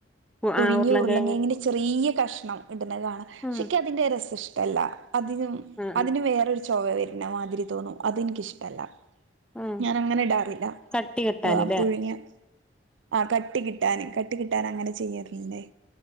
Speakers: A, on the right; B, in the centre.
A: പുഴുങ്ങിയ
B: ആഹ്
A: ഉരുളൻ
B: കിഴങ്ങ്
A: കിഴങ്ങിന്റെ ചെറിയ കഷ്ണം ഇടുന്ന കാണാം പക്ഷെ
B: ഉം
A: ക്കിഅതിന്റെ രസം ഇഷ്ടല്ല അതികം
B: ഉം
A: അതിന്
B: ഉം
A: വേറൊരു ചൊവ വരണ മാതിരി തോന്നും അതെനിക്കിഷ്ടല്ല
B: ഉം
A: ഞാനങ്ങനെ ഇടാർ മില്ല
B: കട്ടി കിട്ടാന്ല്ലേ
A: ഉം പുഴുങ്ങിയ ആ കട്ടി കിട് ട്ടാന് കട്ടി കിട്ടാൻ അങ്ങനെ ചെയ്യാറില്ലേ